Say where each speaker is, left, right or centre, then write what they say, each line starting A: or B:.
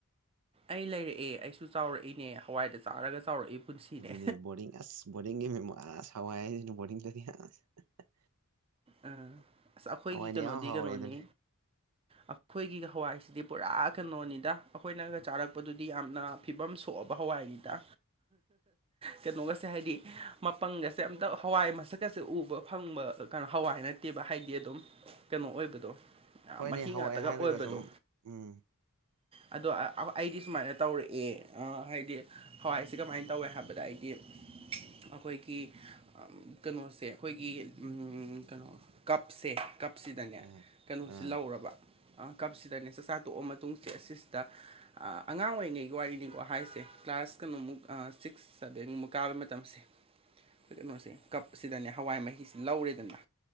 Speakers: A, on the right; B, on the right.
A: ꯑꯩ ꯂꯩꯔꯛꯑꯦ ꯑꯩꯁꯨ ꯆꯥꯎꯔꯛꯏꯅꯦ ꯍꯋꯥꯏꯗ ꯆꯥꯔꯒ ꯆꯥꯎꯔꯛꯏ꯫ ꯄꯨꯟꯁꯤꯅꯦ
B: ꯑꯗꯨꯅꯤ ꯕꯣꯔꯗꯤꯡ ꯑꯁ ꯕꯣꯔꯗꯤꯡꯒꯤ ꯃꯦꯝꯃꯣ ꯑꯁ ꯍꯋꯥꯏ ꯍꯥꯏꯁꯤꯅ ꯕꯣꯔꯗꯤꯡꯗꯗꯤ ꯑꯁ꯫ <unintelligible>
A: ꯑꯥ ꯑꯁ ꯑꯩꯈꯣꯏꯒꯤ
B: ꯍꯋꯥꯏꯅ
A: ꯀꯩꯅꯣꯗꯤ
B: ꯏꯍꯥꯎ ꯍꯥꯎꯔꯦ
A: ꯀꯩꯅꯣꯅꯤ
B: ꯑꯗꯨꯅꯤ
A: ꯑ ꯈꯣꯏꯒꯤ ꯍꯋꯥꯏꯁꯤꯗꯤ ꯄꯨꯔꯥ ꯀꯩꯅꯣꯅꯤꯗ ꯑꯩꯈꯣꯏꯅꯒ ꯆꯥꯔꯛꯄꯗꯨꯗꯤ ꯌꯥꯝꯅ ꯐꯤꯕꯝ ꯁꯣꯛꯑꯕ ꯍꯋꯥꯏꯅꯤꯗ꯫ ꯀꯩꯅꯣꯒꯁꯦ ꯍꯥꯏꯗꯤ ꯃꯄꯪꯒꯁꯦ ꯑꯝꯇ ꯍꯋꯥꯏ ꯃꯁꯛꯀꯁꯦ ꯎꯕ ꯐꯪꯕ ꯀꯅꯣ ꯍꯋꯥꯏ ꯅꯠ ꯇꯦꯕ ꯍꯥꯏꯗꯤ ꯑꯗꯨꯝ ꯀꯩꯅꯣ ꯑꯣꯏꯕꯗꯣ ꯑ
B: ꯍꯣꯏꯅꯦ
A: ꯃꯍꯤ
B: ꯍꯋꯥꯏ
A: ꯉꯥꯛꯇꯒ
B: ꯍꯥꯏꯔꯒ
A: ꯑꯣꯏꯕꯗꯣ꯫
B: ꯁꯨꯝ ꯎꯝ꯫
A: ꯑꯗꯣ ꯑ ꯑꯩꯗꯤ ꯁꯨꯃꯥꯏꯅ ꯇꯧꯔꯛꯑꯦ ꯍꯥꯏꯗꯤ ꯍꯋꯥꯏꯁ ꯀꯃꯥꯏꯅ ꯇꯧꯏ ꯍꯥꯏꯕꯗ ꯑꯩꯗꯤ ꯑꯩꯈꯣꯏꯒꯤ ꯀꯩꯅꯣꯁꯦ ꯑꯩꯈꯣꯏꯒꯤ ꯎꯝ ꯀꯩꯅꯣ ꯀꯞꯁꯦ ꯀꯞꯁꯤꯗꯅꯦ
B: ꯑꯥ
A: ꯀꯩꯅꯣꯁꯤ
B: ꯑꯥ
A: ꯂꯧꯔꯕ ꯀꯞꯁꯤꯗꯅꯦ ꯆꯥꯛꯆꯥꯥ ꯇꯣꯛꯑ ꯃꯇꯨꯡꯁꯦ ꯑꯁꯤꯁꯤꯗ ꯑꯉꯥꯡ ꯑꯣꯏꯔꯤꯉꯩꯒꯤ ꯋꯥꯔꯤꯅꯤꯀꯣ ꯍꯥꯏꯁꯦ ꯀ꯭ꯂꯥꯁ ꯀꯩꯅꯣꯃꯨꯛ ꯁꯤꯛꯁ ꯆꯕꯦꯡꯒꯨꯝꯨꯛ ꯀꯥꯕ ꯃꯇꯝꯁꯦ ꯑꯩꯈꯣꯏ ꯀꯩꯅꯣꯁꯦ ꯀꯞꯁꯤꯗꯅꯦ ꯍꯋꯥꯏ ꯃꯍꯤꯁꯦ ꯂꯧꯔꯦꯗꯅ